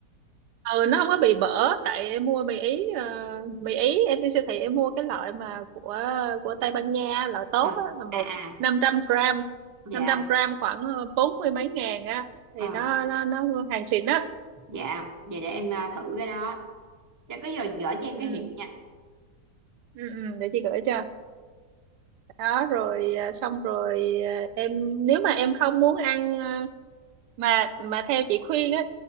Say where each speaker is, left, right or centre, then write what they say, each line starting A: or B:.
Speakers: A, on the right; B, on the right.
A: ừ nó không có bị bở tại em mua mì ý ờ, mì ý em đi siêu thị em mua cái loại mà của của Tây Ban Nha loại tốt
B: à
A: á là một
B: à à
A: năm trăm gram
B: dạ
A: năm trăm gram khoảng ờ, bốn mươi mấy ngàn á thì
B: à,
A: nó nó nó hàng xịn á
B: dạ vậy để em ờ, thử cái đó cho cái giờ gửi cho em
A: ừ,
B: cái hiệu nha
A: ừ, ừ, để chị gửi cho đó rồi à, xong rồi à, em nếu mà em không muốn ăn à, mà mà theo chị khuyên á